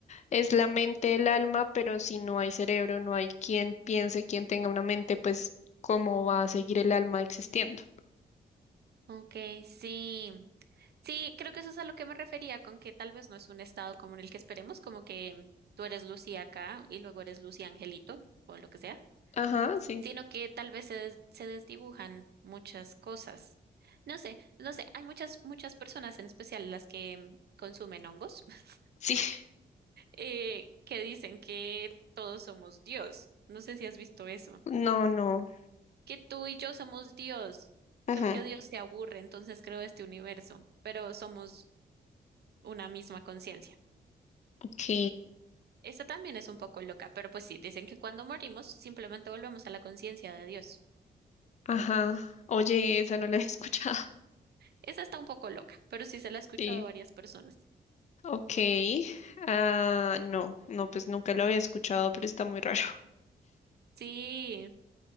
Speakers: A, on the left; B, on the right.
A: es la mente el alma, pero si no hay cerebro, no hay quien piense, quien tenga una mente, pues, ¿cómo va a seguir el alma existiendo?
B: Ok, sí. Sí, creo que eso es a lo que me refería, con que tal vez no es un estado como en el que esperemos, como que tú eres Lucy acá y luego eres Lucy Angelito o lo que sea,
A: Ajá, sí.
B: sino que tal vez se, des- se desdibujan muchas cosas. No sé, no sé, hay muchas, muchas personas, en especial las que consumen hongos, <laughs>
A: Sí. <laughs>
B: eh, que dicen que todos somos Dios. No sé si has visto eso.
A: No, no.
B: Que tú y yo somos Dios,
A: Ajá.
B: solo que Dios se aburre, entonces creó este universo, pero somos una misma conciencia.
A: Ok.
B: Esta también es un poco loca, pero pues sí, dicen que cuando morimos simplemente volvemos a la conciencia de Dios.
A: Ajá. Oye, esa no la había <laughs> escuchado.
B: Esa está un poco loca, pero sí se la he escuchado
A: Sí.
B: a varias personas.
A: Ok. Ah, no, no, pues nunca lo había escuchado, pero está muy raro.
B: Sí,